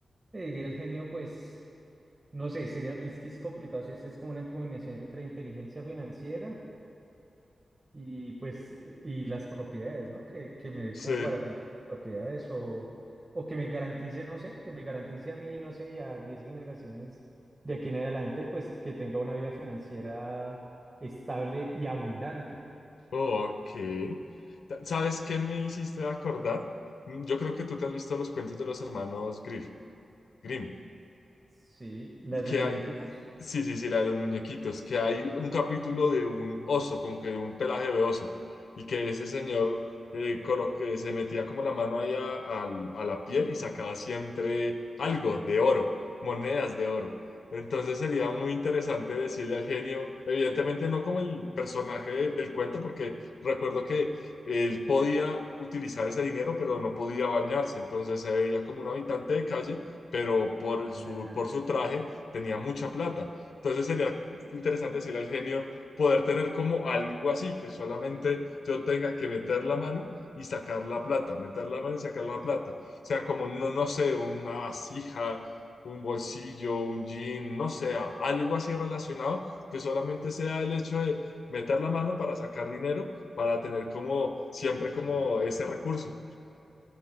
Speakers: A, on the right (about 25°); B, on the left (about 85°).
A: le diría el genio, pues, no sé, sería, es que es complicado, si es, es como una combinación entre inteligencia financiera. Y pues, eh, y las propiedades, ¿no? Que, que me dé
B: sí,
A: como para tener las propiedades o, o que me garantice, no sé, que me garantice a mí, no sé, y a 10 generaciones de aquí en adelante, pues que tenga una vida financiera estable y abundante.
B: ok. Ta- ¿Sabes qué me hiciste acordar? Mm, Yo creo que tú te has visto los cuentos de los hermanos Griff, Grimm.
A: Sí, las
B: Y que
A: de los
B: hay,
A: muñequitos.
B: sí, sí, sí, la de los muñequitos, que hay un capítulo de un oso, como que de un pelaje de oso, y que ese señor eh, con lo que se metía como la mano ahí a, al- a la piel y sacaba siempre algo de oro, monedas de oro. Entonces sería muy interesante decirle al genio, evidentemente no como el personaje del, del cuento, porque recuerdo que él podía utilizar ese dinero, pero no podía bañarse, entonces se veía como un habitante de calle, pero por el-
A: Ah,
B: su,
A: ya.
B: por su traje tenía mucha plata. Entonces sería interesante decirle al genio poder tener como algo así, que solamente yo tenga que meter la mano y sacar la plata, meter la mano y sacar la plata. O sea, como, no, no sé, una vasija, un bolsillo, un jean, no sé, a- algo así relacionado, que solamente sea el hecho de meter la mano para sacar dinero, para tener como siempre como ese recurso.